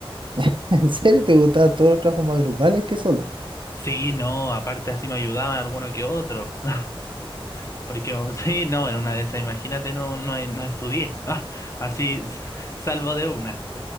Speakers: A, on the right (about 55°); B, on the left (about 30°).
A: <laughs> ¿En serio te gustaban todos los trabajos más grupales que solo?
B: Sí, no, aparte así me ayudaban alguno que otro, <laughs> porque um, sí, no, en una de esas, imagínate, no, no, no estudié, <laughs> así s- salvo de una.